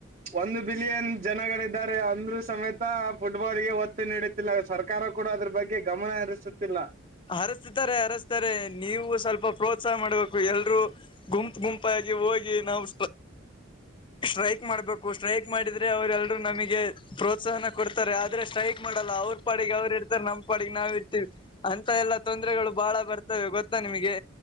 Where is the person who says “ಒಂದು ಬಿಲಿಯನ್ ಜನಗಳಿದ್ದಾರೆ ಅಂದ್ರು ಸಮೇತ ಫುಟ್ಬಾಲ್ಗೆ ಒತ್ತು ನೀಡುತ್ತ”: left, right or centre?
Right